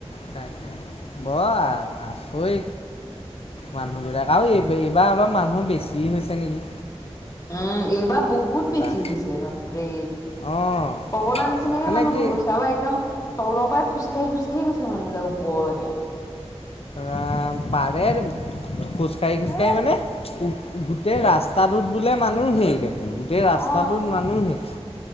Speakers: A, on the left; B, on the left.
A: তাকে ব আছই মানুহবিলাক আৰু এই এইবাৰ অলপ মানুহ বেছি হৈছে নেকি
B: উম এইবাৰ বহুত বেছি
A: তাৰ
B: হৈছে বাপৰে
A: অঁ
B: কগলা নিচিনাকে
A: মানে
B: মানুহ
A: কি
B: বোৰ গৈছে আৰু একদম তলৰ পৰাই খোজকাঢ়ি খোজকাাঢ়ি গৈছে মানুহবিলাক ওপৰলৈকে
A: অ পাৰে খোজকাঢ়ি খোজকাঢ়ি
B: এ
A: মানে গোটেই ৰাস্তাটোত বোলে মানুহেই দেখোন গোটেই ৰাস্তাটোত
B: অ
A: মানুহেই